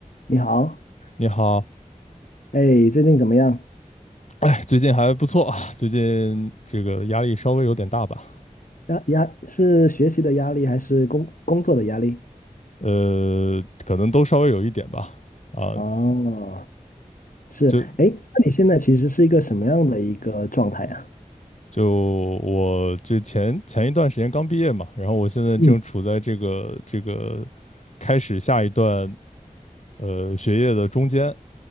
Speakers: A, on the left; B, on the left.
A: 你好，
B: 你好，
A: 哎，最近怎么样？
B: <laughs> 哎最近还不错啊，最近这个压力稍微有点大吧，
A: 压压是学习的压力还是工工作的压力？
B: 呃，可能都稍微有一点吧，啊，
A: 哦，是，
B: 就
A: 哎，那你现在其实是一个什么样的一个状态啊？
B: 就我这前前一段时间刚毕业嘛，然后我现在正处在这个这个
A: 嗯，
B: 开始下一段呃学业的中间，